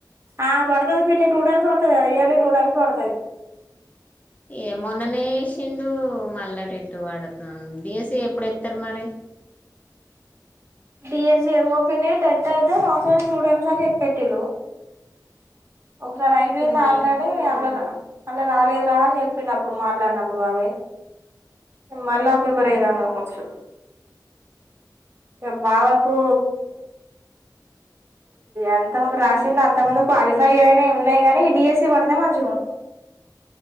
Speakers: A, on the right; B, on the left.
A: ఆ పడుతది పిన్ని‌ టూటైమ్స్ పడుతదిగా ఇయర్లీ టూటైమ్స్ పడుతది
B: ఏ మొన్ననేసిండు మల్ల టెట్ పడుతుంది డీఎస్సీ ఎప్పుడు ఎత్తారు మరి
A: డిఎస్సి ఏమో పిన్ని టెట్ అయితే సంవత్సరానికి టూటైమ్స్ అని పెట్టిలు ఒకసారి అయిపోయింది
B: ఇప్పుడు మళ్ళా
A: ఆల్రెడీ అన్నారు అళ్ళ రాలేదు రా అని చెప్పిండు అప్పుడు మాట్లాడినప్పుడు బాబాయ్ మళ్ళా ప్రిపేర్ అయితన్నావ్ కోర్సు ఏ బావాకు ఎంత మంది రాసింది అంత మంది క్వాలిఫై అయినే ఉన్నాయి గాని డిఎస్సి పడితే మంచిగా ఉంట